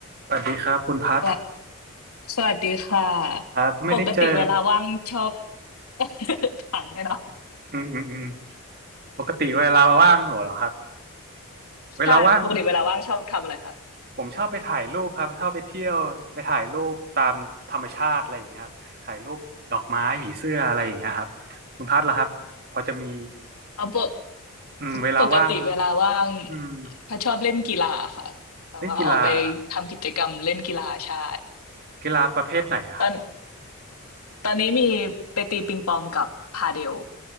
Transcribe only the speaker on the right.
สวัสดีครับคุณพัด
ครับไม่ได้เจอ
อืมอืมอืมปกติเวลาว่างเหรอครับเวลาว่าง
ผมชอบไปถ่ายรูปครับชอบไปเที่ยวไปถ่ายรูปตามธรรมชาติอะไรอย่างเงี้ยครับถ่ายรูปดอกไม้ผีเสื้ออะไรอย่างเงี้ยครับคุณพัดล่ะครับพอจะมี
อืมเวลาว่าง
อืม
เล่นกีฬาเหรอครับกีฬาประเภทไหนอะครับ